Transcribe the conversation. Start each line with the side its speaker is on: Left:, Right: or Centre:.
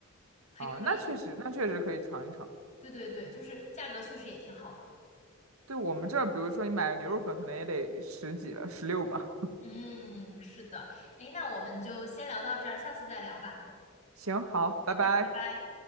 Left: 还可以。
Right: 啊，那确实，那确实可以尝一尝。
Left: 对对对，就是价格确实也挺好的。
Right: 对我们这儿，比如说你买个牛肉粉，可能也得十几了，十六吧。
Left: 嗯，是的。诶，那我们就先聊到这儿，下次再聊吧。
Right: 行，好，拜拜。
Left: 好的，拜拜。